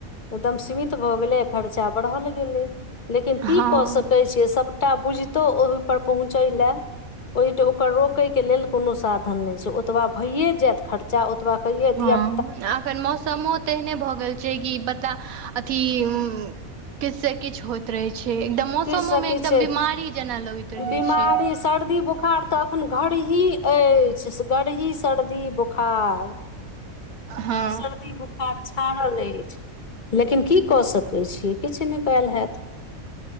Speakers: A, on the left; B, on the right.
A: एकदम सीमित भऽ गेलै खर्चा बढ़ल गेलै लेकिन की
B: हँ
A: कऽ सक कहै छियै सभटा बुझितौ ओहिपर पहुँचै लेए ओहिठ उपर रोके के लेल कोनो साधन नय छै ओतबा भये जेएत ख्र खर्चा ओतबा कएयै
B: हँ
A: दिआ
B: एखन मौसमो तेहने भएगेल छै कि बता अथी उ -- किछ से किछु होइत रहे छै छै एकदम मौसमो
A: किछुसँ
B: मे
A: किछु
B: एकदम बीमारी जेना लगईत रहय
A: बिमारी
B: छै
A: सर्दी बोखार तऽ एखन घरही अईछ घरही सर्दी बोखार -
B: हँ
A: --- सर्दि बोखा बोखार छाड़ल अइछ लेकिन की कऽ सकैत छिय किछ नय केएल हैत